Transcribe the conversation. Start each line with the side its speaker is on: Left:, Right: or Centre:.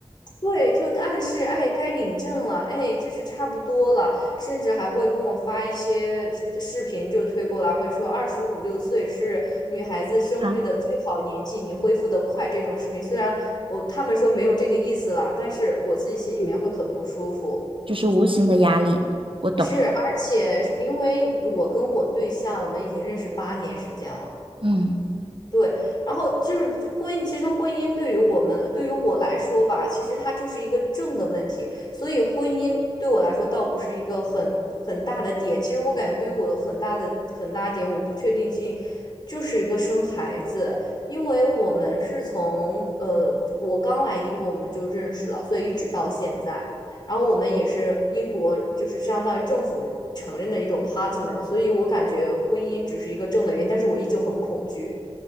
Left: 对，就暗示，哎，该领证了，哎，就是差不多了，甚至还会跟我发一些视视频，就推过来，会说二十五六岁是女孩子生育的最好年纪，
Right: 啊，
Left: 你恢复得快这种视频。虽然我他们说没有这个意思啦，但是我自己心里面会很不舒服。
Right: 就是无形的压力，我懂。
Left: 是，而且是因为我跟我对象，我们已经认识八年时间了。
Right: 嗯。
Left: 对，然后就是婚姻，其实婚姻对于我们，对于我来说吧，其实它就是一个正的问题，所以婚姻对我来说倒不是一个很很大的点。其实我感觉对于我很大的很大点，我不确定性就是一个生孩子，因为我们是从呃我刚来英国我们就认识了，所以一直到现在。然后我们也是英国，就是相当于政府承认的一种 partner，所以我感觉婚姻只是一个正的原因，但是我依旧很恐惧。